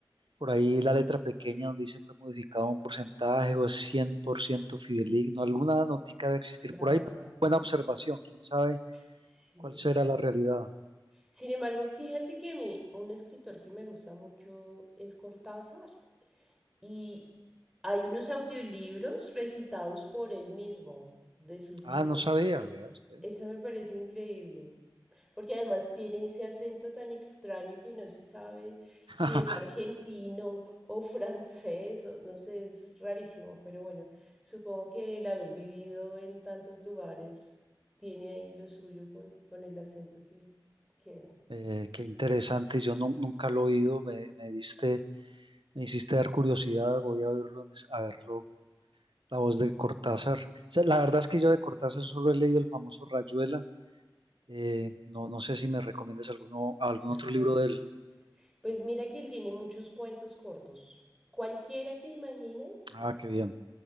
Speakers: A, on the right (about 80°); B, in the centre.
A: Por ahí la letra pequeña donde dice fue modificado un porcentaje o es 100% fidedigno. Alguna notica debe existir
B: Claro,
A: por ahí. pero Buena observación. ¿Quién sabe
B: sí.
A: cuál será la realidad?
B: Sin embargo, fíjate que a mí un escritor que me gusta mucho es Cortázar. Y hay unos audiolibros recitados por él mismo de sus
A: Ah,
B: libros.
A: no sabía,
B: eh,
A: vea usted.
B: Eso me parece increíble, porque además tiene ese acento tan extraño que no se sabe
A: <laughs>
B: si es argentino o francés, o no sé, es rarísimo, pero bueno, supongo que el haber vivido en tantos lugares tiene ahí lo suyo con, con el acento que queda.
A: Eh, qué interesante. Yo nu- nunca lo he oído. Me, me diste, me hiciste dar curiosidad. Voy a oírlo, en es- a verlo. La voz de Cortázar. O sea, la verdad es que yo de Cortázar solo he leído el famoso Rayuela. Eh, no, no sé si me recomiendas alguno, algún
B: <laughs>
A: otro libro de él.
B: Pues mira que él tiene muchos cuentos cortos. Cualquiera que imagines,
A: Ah, qué bien.